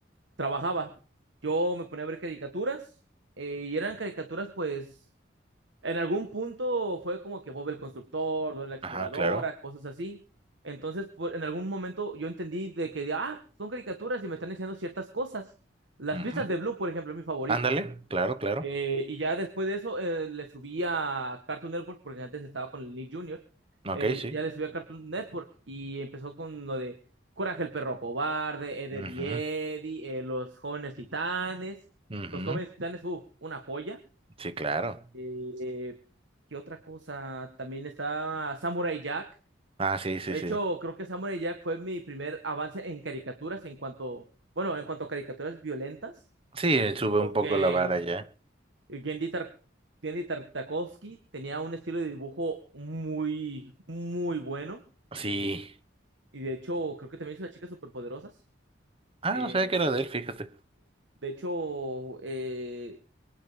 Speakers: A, on the right; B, on the right.
A: trabajaba. Yo me ponía a ver caricaturas eh, y eran caricaturas, pues, en algún punto fue como que Bob el Constructor, Dora la Exploradora,
B: Ajá, claro.
A: cosas así. Entonces, por- en algún momento yo entendí de que, ah, son caricaturas y me están enseñando ciertas cosas. Las
B: Ujú.
A: pistas de Blue, por ejemplo, es mi favorito.
B: Ándale, claro, claro.
A: Eh, y ya después de eso eh, le subí a Cartoon Network porque antes estaba con el Nick Jr. Eh,
B: Ok, sí.
A: ya le subí a Cartoon Network y empezó con lo de Coraje el perro cobarde, Ed, Eddie,
B: Ujú,
A: Eddie, eh, Los jóvenes titanes.
B: ujú.
A: Los jóvenes titanes, uff, una joya.
B: Sí, claro.
A: Eh, ¿qué otra cosa? También estaba Samurai Jack.
B: Ah, sí, sí,
A: De
B: sí.
A: hecho, creo que Samurai Jack fue mi primer avance en caricaturas en cuanto, bueno, en cuanto a caricaturas violentas.
B: Sí, eh, sube
A: Porque
B: un poco la vara ya.
A: eh, Gendy, Tar- Gendy Tartakovsky tenía un estilo de dibujo muy, muy bueno.
B: Sí.
A: Y de hecho, creo que también hizo las chicas superpoderosas.
B: Ah,
A: Eh,
B: no sabía que era de él, fíjate.
A: de hecho, eh,